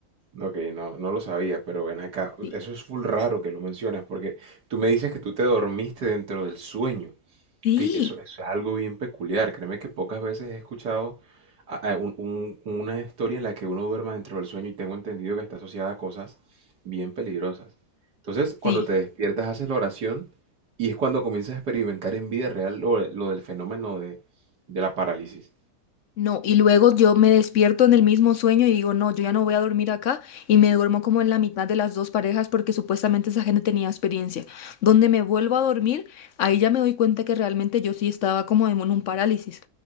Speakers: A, on the right; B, on the left.
A: Ok, no, no lo sabía, pero ven acá.
B: Sí,
A: Eso es full raro que lo mencionas, porque tú me dices que tú te dormiste dentro del sueño.
B: sí,
A: Sí, eso, eso es algo bien peculiar. Créeme que pocas veces he escuchado a- a un- un- una historia en la que uno duerma dentro del sueño y tengo entendido que está asociada a cosas bien peligrosas. Entonces, cuando
B: sí.
A: te despiertas, haces la oración y es cuando comienzas a experimentar en vida real lo, de- lo del fenómeno de, de la parálisis.
B: No, y luego yo me despierto en el mismo sueño y digo, no, yo ya no voy a dormir acá y me duermo como en la mitad de las dos parejas porque supuestamente esa gente tenía experiencia. Donde me vuelvo a dormir, ahí ya me doy cuenta que realmente yo sí estaba como en un parálisis